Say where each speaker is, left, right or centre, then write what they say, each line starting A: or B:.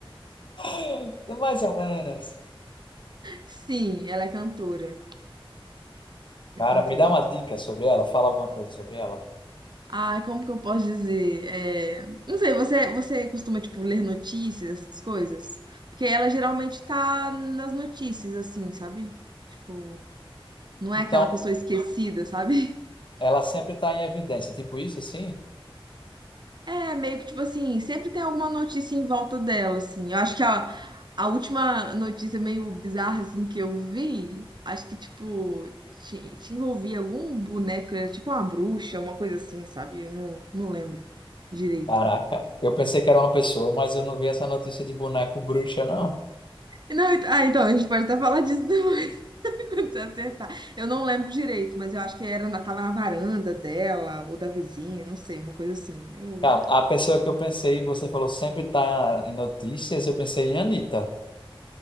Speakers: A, on the left; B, on the right.
A: <gasps> Mais ou menos.
B: Sim, ela é cantora.
A: Cara,
B: É cantora.
A: me dá uma dica sobre ela, fala alguma coisa sobre ela.
B: Ai, como que eu posso dizer? É, não sei, você, você costuma, tipo, ler notícias, essas coisas? Porque ela geralmente tá nas notícias, assim, sabe? Tipo, não é
A: Então,
B: aquela pessoa esquecida, sabe? <laughs>
A: ela sempre está em evidência, tipo isso assim?
B: É, meio que, tipo assim, sempre tem alguma notícia em volta dela, assim. Eu acho que a, a última notícia meio bizarra, assim, que eu vi, acho que, tipo, te, te envolvia algum boneco, era tipo uma bruxa, uma coisa assim, sabe? Eu não, não lembro direito.
A: Caraca, eu pensei que era uma pessoa, mas eu não vi essa notícia de boneco bruxa, não.
B: Não, ent- ah, então, a gente pode até falar disso depois, <laughs> quando você acertar. Eu não lembro direito, mas eu acho que era, na- tava na varanda dela, ou da vizinha, não sei, uma coisa assim. Eu-
A: Não, a pessoa que eu pensei, você falou sempre tá em notícias, eu pensei em Anitta.